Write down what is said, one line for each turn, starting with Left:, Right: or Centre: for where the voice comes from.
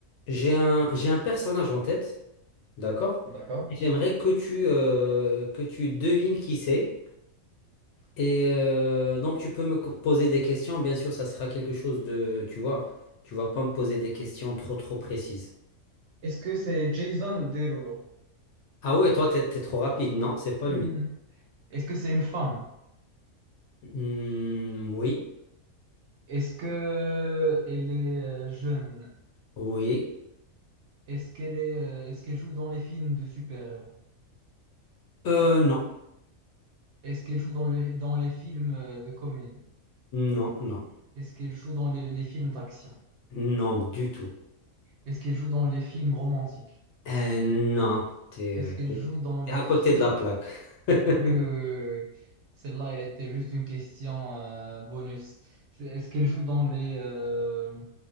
Left: J'ai un, j'ai un personnage en tête, d'accord?
Right: D'accord.
Left: Et J'aimerais que tu, euh, que tu devines qui c'est. Et euh, donc, tu peux me co- poser des questions. Bien sûr, ça sera quelque chose de, tu vois, tu vas pas me poser des questions trop, trop précises.
Right: Est-ce que c'est Jason Derulo?
Left: Ah ouais, toi, t'es, t'es trop rapide. Non, c'est pas
Right: <laughs>
Left: lui.
Right: Est-ce que c'est une femme?
Left: Hmm, oui,
Right: Est-ce que elle est euh, jeune?
Left: oui.
Right: Est-ce qu'elle est, euh, est-ce qu'elle joue dans les films de super-héros?
Left: Euh, non,
Right: Est-ce qu'elle joue dans les, dans les films euh, de comédie?
Left: non, non,
Right: Est-ce qu'elle joue dans les, les films d'action?
Left: non, du tout.
Right: Est-ce qu'elle joue dans les films romantiques?
Left: Euh, non, t'es,
Right: Est-ce
Left: euh,
Right: qu'elle
Left: t'es
Right: joue dans
Left: t'es
Right: les
Left: à
Right: films...
Left: côté de la plaque. <laughs>
Right: Oui, oui, oui, oui, oui. oui. Celle-là, elle était juste une question euh, bonus. C'est- Est-ce qu'elle joue dans les... euh,